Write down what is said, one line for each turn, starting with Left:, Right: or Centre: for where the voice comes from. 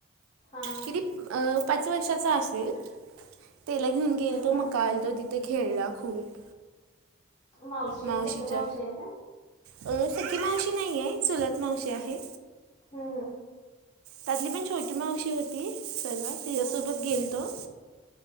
Left: हा हा
Right: किती पाच वर्षाचा असेल तेला घेऊन गेल
Left: होय
Right: तो
Left: काय
Right: मका आल तो तिथे खेळला खूप
Left: मावशी
Right: मावशीच्या
Left: सख्या मावशी आहेे काय
Right: अ सक्खी मावशी नाही आहे चुलत मावशी आहे
Left: हम्म
Right: त्यातली पण छोटी मावशी होती सर्वात तिच्यासोबत
Left: हम्म
Right: गेलतो